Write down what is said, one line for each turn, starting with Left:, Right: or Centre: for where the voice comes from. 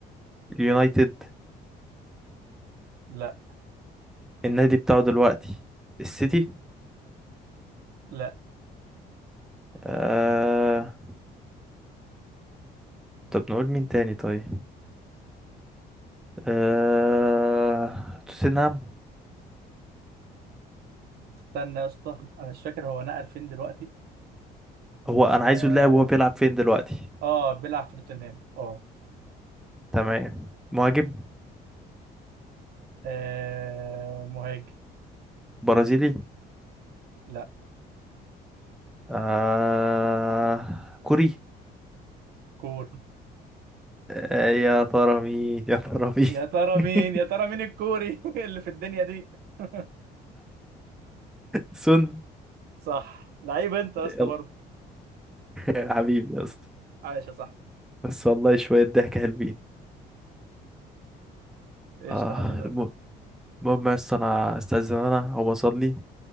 Centre: يونايتد
Right: لا
Centre: النادي بتاعه دلوقتي السيتي
Right: لا
Centre: آه... طب نقول مين تاني طيب آه... توتنهام
Right: استنى يا اسطى انا مش فاكر هو نقل فين دلوقتي
Centre: هو انا
Right: اه,
Centre: عايزه اللاعب وهو بيلعب فين دلوقتي
Right: آه بيلعب في توتنهام اه
Centre: تمام مهاجم
Right: آه، مهاجم
Centre: برازيلي
Right: لا
Centre: آه... كوري
Right: كوري
Centre: آه يا ترى مين يا ترى مين
Right: يا ترى
Centre: <laughs>
Right: مين يا ترى مين الكوري <laughs> اللي في الدنيا دي <laughs>
Centre: سون
Right: صح لعيب انت يا
Centre: يلا
Right: اسطى برضه
Centre: يا حبيبي يا اسطى
Right: عايش يا صاحبي
Centre: بس والله شوية ضحك حلوين
Right: قشطة
Centre: اه
Right: حبيب قلبي
Centre: الم- المهم يا اسطى انا استاذن انا هو اصلي